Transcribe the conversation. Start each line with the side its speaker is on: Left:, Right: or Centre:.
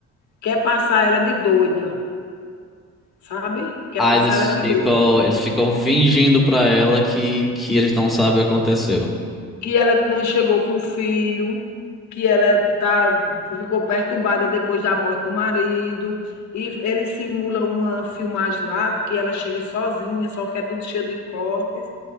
Left: quer passar ela de doida, sabe, quer
Centre: Ah,
Left: passar
Centre: eles
Left: ela de
Centre: ficam,
Left: doida.
Centre: eles ficam fingindo pra ela que, que eles não sabem o que aconteceu.
Left: que ela não chegou com o filho, que ela tá, ficou perturbada depois da morte do marido, e ele simula uma filmagem lá que ela chega sozinha, só que é tudo cheio de cortes.